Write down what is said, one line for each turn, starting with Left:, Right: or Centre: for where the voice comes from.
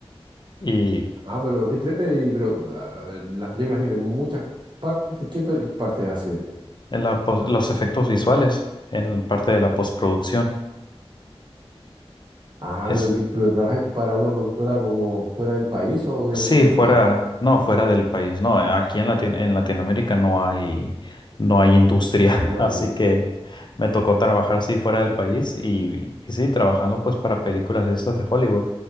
Left: Y
Right: ah, pero qué entrete, y- pero ah, las películas tienen muchas partes, ¿qué pel- partes hacen?
Left: en la pos- los efectos visuales en parte de la postproducción.
Right: Ah,
Left: Es,
Right: pero, ¿en qué- pero trabajas para una productora como fuera del país o dentro
Left: Sí,
Right: de
Left: fuera,
Right: tu país?
Left: no, fuera del país. No, aquí en Latino- en Latinoamérica no hay, no hay industria,
Right: No
Left: <laughs> así
Right: hay nunca.
Left: que me tocó trabajar sí fuera del país y, y sí, trabajando pues para películas de estas de Hollywood,